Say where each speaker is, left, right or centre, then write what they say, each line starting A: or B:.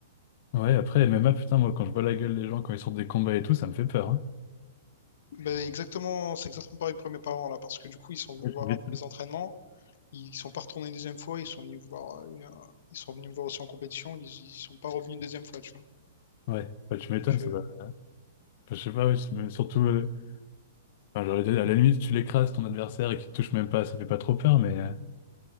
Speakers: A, on the left; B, on the left.
A: ouais, après MMA, putain, moi quand je vois la gueule des gens quand ils sortent des combats et tout, ça me fait peur. hein.
B: Mais exactement, c'est exactement pareil pour mes parents là, parce que du coup, ils sont venus
A: Ouais,
B: voir
A: tu m'étonnes,
B: un de mes entraînements. Ils sont pas retournés une deuxième fois. Ils sont venus voir, euh, une- ils sont venus me voir aussi en compétition. Ils, ils sont pas revenus une deuxième fois, tu vois.
A: Ouais, bah, tu m'étonnes,
B: Donc,
A: ça
B: euh,
A: doit- enfin, je sais pas, ouais, c'est- mais surtout, euh, enfin, j'allais dire, à la limite, si tu l'écrases ton adversaire et qu'il te touche même pas, ça fait pas trop peur, mais, euh,